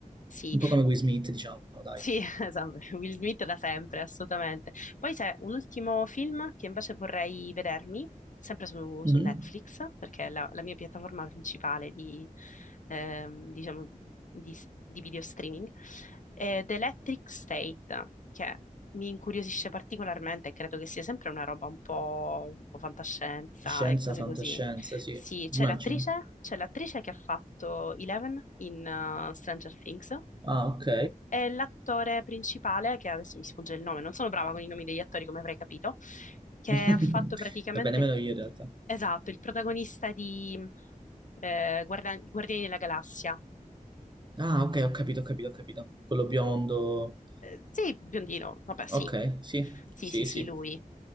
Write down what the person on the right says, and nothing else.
un po' come Will Smith, diciamo, dai.
Mhm.
Scienza,
fantascienza,
sì,
immagino.
Ah, ok.
<laughs>
Va bene, meno
io in realtà.
Ah, ok, ho capito, ho capito, ho capito. Quello biondo.
Ok, sì,
sì,
sì,